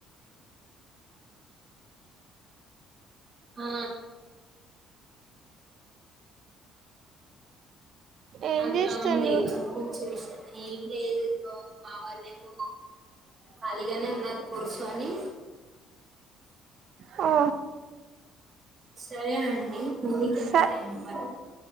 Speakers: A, on the right (about 40°); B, on the right (about 60°).
A: ఆ
B: ఏం
A: అట్లా
B: చేస్తుండ్రు
A: ఉంది ఇగ సిచ్యువేషన్ ఏం లేదు ఇదిగో మా వాళ్ళేమో ఖాళీగానే ఉన్నారు కూర్చొని
B: ఆ
A: సరే అండి మువీకి ఎళ్తారేమో
B: స
A: కద